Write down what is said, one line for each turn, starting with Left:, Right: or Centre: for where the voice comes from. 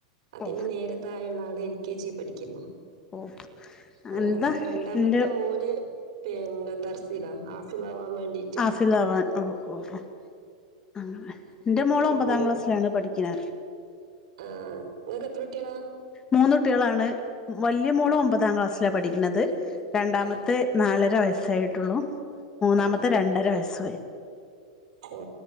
Right: അതിന്റെ
Left: ഓ
Right: നേരത്തായെ ഉള്ള ആള് എൽ കെ ജി പഠിക്കുന്നു.
Left: ഓ
Right: അങ്ങപ്പ
Left: എന്താ
Right: രണ്ടാമത്തെ
Left: എന്റെ
Right: മോന്. പിന്നെ ദർസിലാ ഹാഫിളാവാൻ വേണ്ടി.
Left: ഹാഫിളാവാൻ ഓഹ് ഓഹ് ഓഹ് അങ്ങനെ. എന്റെ മോള്
Right: ഇപ്പൊ
Left: ഒമ്പതാം
Right: ഒരു
Left: ക്ലാസ്സിലാണ് പഠിക്കുന്നത്.
Right: ആ നിങ്ങൾക്ക് എത്ര കുട്ടികളാ
Left: മൂന്നുകുട്ടിയാളാണ് വലിയ മോള് ഒമ്പതാം ക്ലാസ്സില പഠിക്കുന്നത്. രണ്ടാമത്തെ
Right: ആ
Left: നാലര വയസ്സായിട്ടുള്ളൂ മൂന്നാമത്തെ
Right: ആ
Left: രണ്ടര വയസ്സുവായി.
Right: ആ